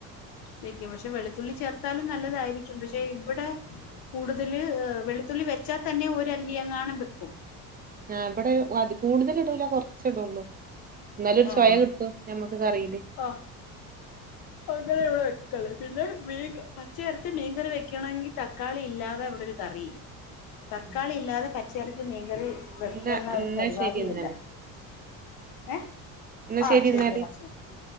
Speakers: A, on the left; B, on the right.
A: വെക്കും പക്ഷെ വെളുത്തുള്ളി ചേർത്താലും നല്ലതായിരിക്കും പക്ഷെ പക്ഷെ ഇവിടെ കൂടു ഇതിൽ വെളുത്തുള്ളി വെച്ചാൽ തന്നെ ഒരലിങ്ങൊണ്ട് ഞാൻ വെക്കും
B: ഞാൻ ഇവിടെ കൂടുതൽ ഇടൂല കൊറച്ചേ ഇടുള്ളൂ അന്നേരം
A: ആഹ്
B: സ്വയ കിട്ടൂഞമ്മക്ക് കറിയും
A: ആഹ് അങ്ങനെ ഇവിടെ വെക്കല് പിന്നെ മീൻ പച്ചയരച്ച മീൻകറി വെക്കണമെങ്കിൽ തക്കാളി ഇല്ലാതെ അവിടെ ഒരു കറിയില്ല തക്കാളി
B: ഉം.
A: ഇല്ലാതെ പച്ചയിറച്ചി മീൻകറി വെക്കുന്ന
B: എന്നാ എന്നാ
A: ഒരു പരിപാടില്ല
B: ശരി എന്നാല്
A: ഏഹ്
B: എന്നാ
A: ആഹ്
B: ശരി
A: ശരിയടാ
B: എന്നാല് ഉം